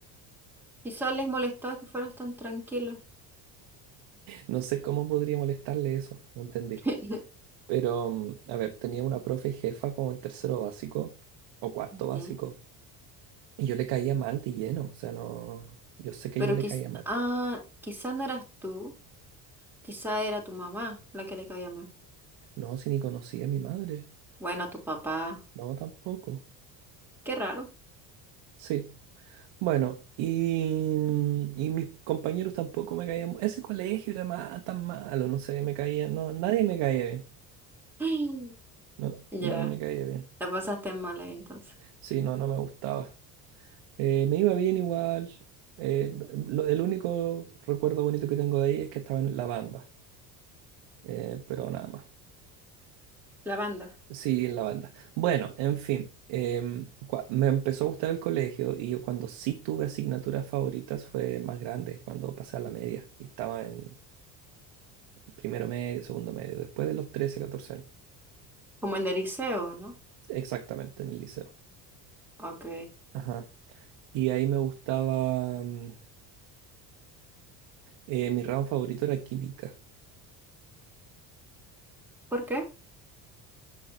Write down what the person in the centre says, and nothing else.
Quizás les molestaba que fueras tan tranquilo.
<laughs>
Ujú.
Pero
quiz-
ah, quizás no eras tú. Quizá era tu mamá la que le caía mal.
Bueno, tu papá.
Qué raro.
<laughs> <gasps>
Ya,
la pasaste mal ahí entonces.
La banda.
Como en el liceo, ¿no?
Ok.
¿Por qué?